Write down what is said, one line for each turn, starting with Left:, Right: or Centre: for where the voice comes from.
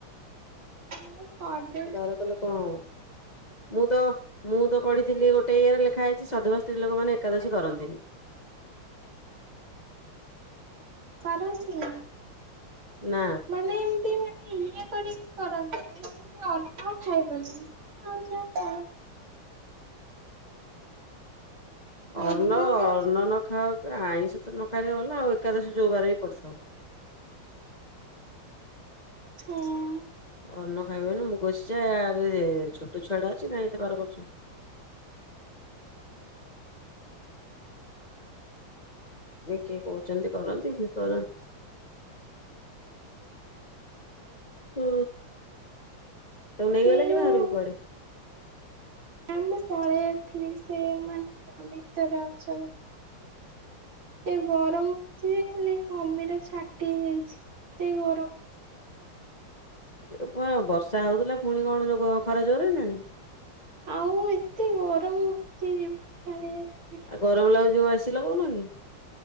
Right: ମୁଁ କରଦେ
Left: ବାର କଲେ କଣ ହବ ମୁଁ ତ ମୁଁ ତ ପଢ଼ିଥିଲି ଗୋଟେ ଇଏରେ ଲେଖା ହେଇଚି ସଧବା ସ୍ତ୍ରୀ ଲୋକମାନେ ଏକାଦଶୀ କରନ୍ତିନି।
Right: <unintelligible> ମାନେ
Left: ନା
Right: ମାନେ ଇଏ କରିକି କରନ୍ତିନି ଯେମତି ଅନ୍ନ ଖାଇବ ନା ଆଉ ଯାହା ଖା
Left: ଅର୍ଣ
Right: ଅନ୍ନରେ
Left: ଅର୍ଣ ନ ଖାାଉ ଆଇଁଷ ତ ନ ଖାଇ ଗଲା ଆଉ ଏକାଦଶୀ ଯୋଉବାରେ ବି ପଡିଥାଉ।
Right: ହଁ।
Left: ଅନ୍ନ ଖାଇବନି ମୁଗ ସିଝା ରେ ଛୋଟ ଛୁଆ ଟା ଅଛି କାଇଁ ଏତେ ବାର କରୁଚ। କିଏ କହୁଚନ୍ତି କରନ୍ତି କିଏ କର ହଁ। ତାକୁ ନେଇଗଲେ
Right: ସେ ଯୋଉ
Left: କି ବାହାରକୁ କୁଆଡେ?
Right: ମୁଁ ପଳେଇ ଆସିଲି ସେମାନେ ଭିତରେ ଅଛନ୍ତି। ଏ ଗରମ ହଉଚି ଯେ ଖାଲି ଘମିର ଛାଟି ହେଇ ଯାଇଚି ଏ ଗରମକୁ।
Left: ଏ ପା ବର୍ଷା ହଉଥିଲା ପୁଣି କଣ ଯୋ ଗ ଖରା ଜୋରେ ହେଲାଣି?
Right: ଆଉ ଏତେ ଗରମ ହଉଚି ଜୀବନ ଛାଡି ଯାଉଚି।
Left: ଆଉ ଗରମ ଲାଗୁଚି ଯୋଉ ଏ ସିି ଲଗଉନ କି?